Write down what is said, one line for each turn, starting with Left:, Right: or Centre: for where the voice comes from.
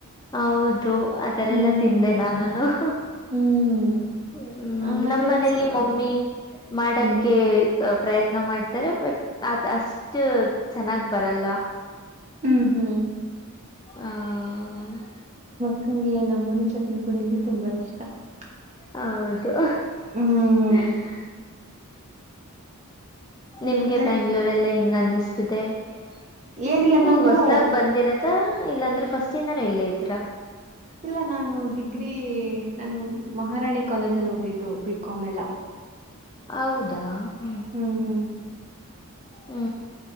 Left: ಹೌದು ಅದರಲ್ಲೇ
Right: ಹ್ಮ್
Left: ತಿಂದೆ ನಾನುನು, <unintelligible>
Right: ಹ್ಮ್
Left: ಹು
Right: ಆಮೇಲೆ
Left: ನಮ್ಮ ಮನೇಲಿ
Right: ಸ-
Left: ಮಮ್ಮಿ, <unintelligible> ಮಾಡಕ್ಕೆ
Right: ಹ್ಮ್
Left: ಪ್ರಯತ್ನ ಮಾಡ <unintelligible> ಡ್ತಾರೆ ಬಟ್ ಆತ್ ಅಷ್ಟು ಚೆನ್ನಾಗ್ ಬರಲ್ಲ? <unintelligible>
Right: ಹು ಹು <unintelligible>
Left: ಆ <unintelligible>
Right: ಯಾಕಂದ್ರೆ ನಮ್ಮ ಮನೆ ಚಟ್ನಿ ಪುಡಿ ಅಂದರೆ ತುಂಬಾ ಇಷ್ಟ. <unintelligible>
Left: ಹೌದು <inaudible>
Right: ಹ್ಮ್
Left: ಹು <unintelligible> ನಿಮಗೆ
Right: ಮತ್ತೆ
Left: ಬ್ಯಾಂಗ್ಳೂರೆಲ್ಲಾ ಹಿಂಗ ಅನ್ನಿಸ್ತದೆ. <inaudible> <unintelligible> <inaudible>
Right: ಏನಿಲ್ಲ
Left: ಇಲ್ಲಿ
Right: ನಾನು
Left: ಹೊಸದಾಗಿ ಬಂದಿರದ ಇಲ್ಲಾಂದ್ರೆ ಫಸ್ಟ್ ಇಂದನ ಇಲ್ಲೇ ಇದರಾ? <unintelligible>
Right: ಇಲ್ಲ ನಾನು ಡಿಗ್ರಿ <unintelligible> ನಾನು ಮಹಾರಾಣಿ ಕಾಲೇಜ ಅಲ್ಲಿ ಓದಿದ್ದು ಬಿ ಕಾಮ್ ಎಲ್ಲಾ, <unintelligible>
Left: ಹೌದಾ? <unintelligible>
Right: ಹು <unintelligible>
Left: ಹು